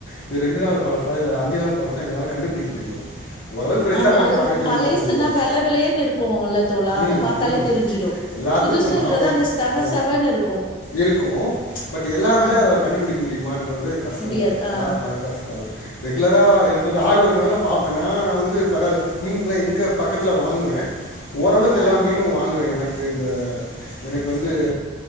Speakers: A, on the left; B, on the left.
A: இது ரெண்டு நாள் பழசா இது அஞ்சு நாள் பழசா எங்களால கண்டுபிடிக்க தெரியாது ஓரளவுக்கு ஃப்ரெஷ்ஷா
B: ஆமா
A: இருக்கான்னு
B: அது
A: பாக்க தெரியுமா
B: பழைசுனா
A: தெரியாதா
B: வெள்ள வெளேர்னு இருக்குல்ல தோழா அத
A: உம்
B: பாத்தாலே
A: உம்
B: தெரிஞ்சிடு
A: எல்லாத்துக்கு
B: புதுசுன்றது
A: நா உ
B: அந்த செவ
A: அ
B: செவன்னு இருக்கு
A: இருக்கும் பட் எல்லார்னாலையு
B: ஆ
A: அதை கண்டுபிடிக்க முடியுமான்றது கஷ்டம்
B: முடியாது
A: இல்லை
B: ஆ
A: எல்லாரும் அது கஷ்டம் அது ரெகுலரா எனக்கு கொஞ்சோ ஆர்வம் இருக்கறனால பாப்பே நா நா வந்து கடல் மீன்லா எங்க பக்கத்துல வாங்குவே ஓரளவுக்கு
B: ஆ
A: எல்லா மீனும் வாங்குவே எனக்கு க்கு இந்த எனக்கு வந்து